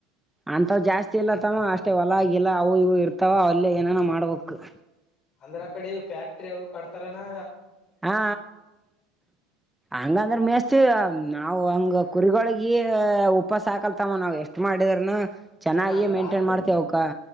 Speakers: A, in the centre; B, on the left.
A: ಅಂತವ ಜಾಸ್ತಿ ಇಲ್ಲತ್ತಮ್ಮ ಅಷ್ಟೇ ಹೊಲ ಆಗಿಲ್ಲ ಅವು ಇವು ಇರ್ತಾವ ಅಲ್ಲೇ ಏನನ ಮಾಡ್ಬೇಕು
B: ಅಂದ್ರ ಆ ಕಡೆ ಫ್ಯಾಕ್ಟ್ರಿ ಅವರು ಕಡ್ತಾರನಾ
A: ಹಾ ಹಂಗ ಅಂದ್ರೆ ಮೇಸ್ ಮ ನಾವು ಹಂಗ ಕುರಿಗಳೊಗ ಉಪಾಸ ಹಕಲ್ತಮ್ಮ ನಾವ್ ಎಷ್ಟ್ ಮಾಡಿದ್ರನು ಚೆನ್ನಾಗಿಯ
B: ಹ ಅಂದ್ರ
A: ಮೇಂಟೈನ್
B: ಆಗ್ತನ್
A: ಮಾಡ್ತೇ ಅವಕ್ಕ